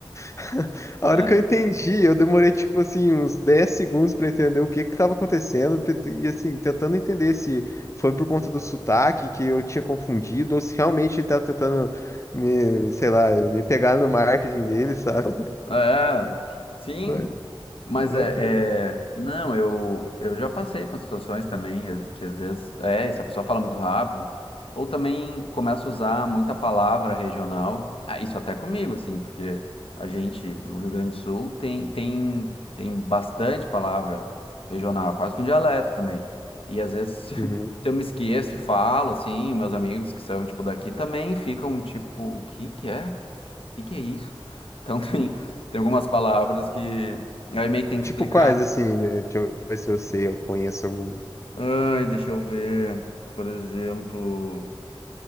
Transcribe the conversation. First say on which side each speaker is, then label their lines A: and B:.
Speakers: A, on the left; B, on the left.
A: <laughs> A
B: É.
A: hora que eu entendi, eu demorei, tipo assim, uns 10 segundos pra entender o que que tava acontecendo, te- te- e assim, tentando entender se foi por conta do sotaque que eu tinha confundido, ou se realmente ele tava tentando me, sei lá, me pegar no marketing dele, sabe? <laughs>
B: É, sim,
A: Ba-
B: Mas
A: Bacana.
B: é, é- não, eu, eu já passei por situações também as- que às vezes é, essa pessoa fala muito rápido, ou também começa a usar muita palavra regional. Ah, isso até comigo, assim, porque a gente do Rio Grande do Sul tem, tem, tem bastante palavra regional, quase que um dialeto também. E às vezes, <laughs> se
A: Uhum.
B: eu me esqueço e falo, assim, meus amigos que são, tipo, daqui também ficam, tipo, o que que é? O que que é isso? Então <laughs> tem, tem algumas palavras que. Aí meio que tem que
A: Tipo,
B: explicar.
A: quais, assim, né? Deixa eu ver se eu sei, eu conheço algum.
B: Ai, deixa eu ver. Por exemplo.